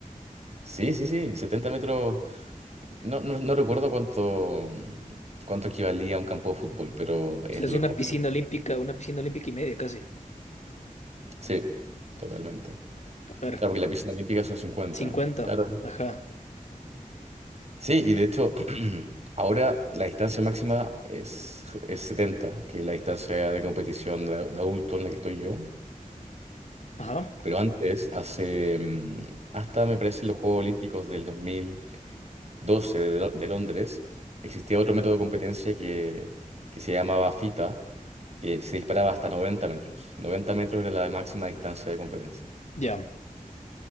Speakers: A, on the right; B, on the left.
A: Sí, sí, sí, setenta metros No, no, no recuerdo cuánto, cuánto equivalía a un campo de fútbol, pero es
B: O sea, es
A: lejos.
B: una piscina olímpica, una piscina olímpica y media casi.
A: Sí, totalmente.
B: A ver,
A: Claro, porque la pista olímpica son cincuenta
B: cincuenta
A: Claro.
B: Ajá,
A: Sí, y de hecho, <clears throat> ahora la distancia máxima es, es setenta que es la distancia de competición de, de adulto en la que estoy yo.
B: ajá,
A: Pero antes, hace, mm, hasta me parece los Juegos Olímpicos del 2012 de, Lo- de Londres, existía otro método de competencia que, que se llamaba FITA que se disparaba hasta 90 metros. 90 metros era la máxima distancia de competencia,
B: ya.